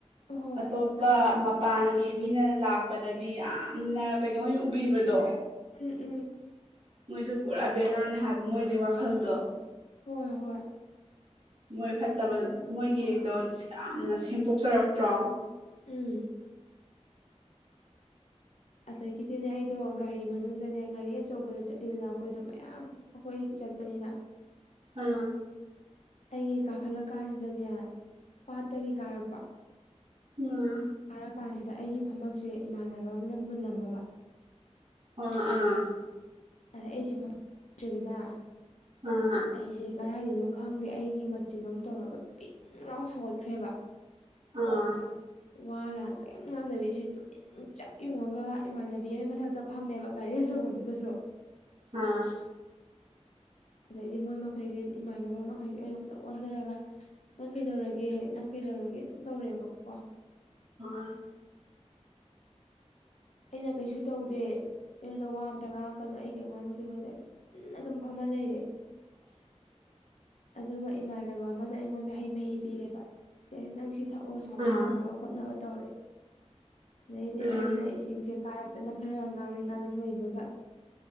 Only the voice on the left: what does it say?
ꯍꯣꯏ
ꯎꯝ ꯎꯝ
ꯍꯣꯏ ꯍꯣꯏ
ꯑꯗꯨ
ꯎꯝ ꯑꯗꯒꯤꯗꯤꯅꯦ ꯑꯩꯗꯣ ꯒꯥꯔꯤ ꯃꯅꯨꯡꯗꯅꯦ ꯒꯥꯔꯤ ꯑꯆꯧꯕꯗ ꯆꯠꯂꯤꯗꯅ ꯑꯩꯈꯣꯏꯗꯣ ꯃꯌꯥꯝ ꯑꯩꯈꯣꯏ ꯆꯠ ꯄꯅꯤꯅ
ꯑꯩꯒꯤ ꯀꯥꯈꯠꯂꯛ ꯀꯥꯟꯁꯤꯗꯅꯦ ꯄꯥꯠꯇꯒꯤ ꯀꯥꯔꯛꯄ
ꯀꯥꯔꯛꯀꯥꯟꯁꯤꯗ ꯑꯩꯒꯤ ꯐꯝꯐꯝꯁꯦ ꯏꯃꯥꯟꯅꯕ ꯑꯃꯅ ꯃꯨꯜꯂꯝꯃꯕ
ꯑꯗ ꯑꯩꯁꯦ ꯐꯝ ꯇ꯭ꯔꯦꯗꯅꯥ
ꯑꯩꯁꯦ ꯀꯔꯥꯏꯗꯩꯅꯣ ꯈꯪꯗꯦ ꯑꯩꯒꯤ ꯃꯆꯤꯡ ꯑꯝ ꯇꯧꯔꯒ ꯄꯤꯡ ꯂꯥꯎ ꯁꯧꯒꯠꯈ꯭ꯔꯦꯕꯥ
ꯋꯥ ꯂꯥꯟ ꯀꯩꯝ ꯉꯥꯡꯗꯕꯤ ꯑꯩꯁꯦ ꯇꯨꯃꯤꯟ ꯆꯞ ꯌꯨꯡꯉꯒ ꯏꯃꯥꯟꯅꯕꯤ ꯑꯃꯩ ꯃꯊꯛꯇ ꯐꯝꯃꯦꯕ ꯒꯥꯔꯤ ꯑꯆꯧꯕꯗꯨꯗꯁꯨ
ꯑꯗꯩꯗꯤ ꯃꯣꯏ ꯃꯈꯩꯁꯦ ꯏꯃꯥꯟꯅꯕ ꯃꯈꯩꯁꯦ ꯑꯩꯉꯣꯟꯗ ꯄꯨꯂꯞ ꯑꯣꯟꯊꯔꯒ ꯅꯪ ꯀꯩꯗꯧꯔꯒꯦ ꯅꯪ ꯀꯩꯗꯧꯔꯒꯦ ꯑꯗꯨꯝ ꯇꯧꯔꯦꯕꯀꯣ
ꯑꯩꯅ ꯀꯩꯁꯨ ꯇꯧꯗꯦ ꯑꯩꯉꯣꯟꯗ ꯋꯥ ꯑꯝꯇ ꯉꯥꯡꯉꯛꯀꯅꯣ ꯑꯩ ꯀꯩꯝ ꯉꯥꯡꯅꯤꯡꯗꯦ ꯈꯣꯠꯇꯦꯅ ꯇꯨꯃꯤꯟꯅ ꯑꯗꯨꯝ ꯐꯝꯃ ꯂꯩꯔꯦ ꯑꯗꯨꯒ ꯏꯃꯥꯟꯅꯕ ꯑꯃꯅ ꯑꯩꯉꯣꯟꯗ ꯍꯩ ꯃꯍꯤ ꯄꯤꯔꯦꯕ ꯁꯦ ꯅꯪ ꯁꯤ ꯊꯛꯑꯣ ꯁꯥꯎꯕ
ꯐꯅꯕ ꯈꯣꯠꯅꯕ ꯇꯧꯔꯦ ꯑꯗꯩꯗꯤ
ꯑꯩꯅ ꯏꯁ ꯢꯁꯤꯡꯁꯦ ꯀꯥꯔꯛꯇꯅ ꯈꯔ ꯉꯥꯡꯅꯤꯡ ꯉꯥꯡꯅꯤꯡ ꯂꯩꯕꯒ